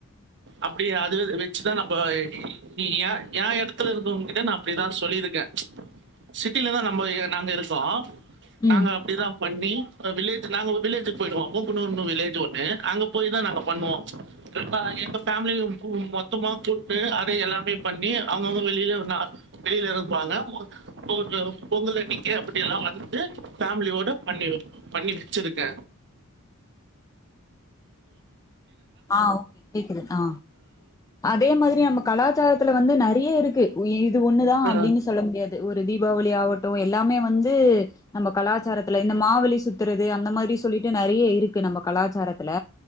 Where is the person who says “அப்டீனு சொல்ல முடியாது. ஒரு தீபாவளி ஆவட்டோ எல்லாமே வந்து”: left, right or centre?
Left